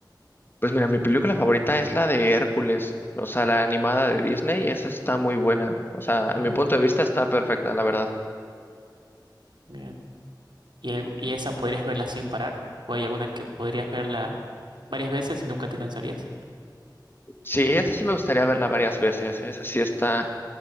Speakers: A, on the left (about 30°); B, on the right (about 80°).
A: Pues mira, mi película favorita es la de Hércules, o sea, la animada de Disney, esa está muy buena, o sea, a
B: Ah,
A: mi punto de vista está perfecta, la verdad.
B: bien. ¿Y, el- y esa podrías verla sin parar? ¿O hay alguna que podrías verla varias veces y nunca te cansarías?
A: Sí, esta sí me gustaría verla varias veces, esa sí está,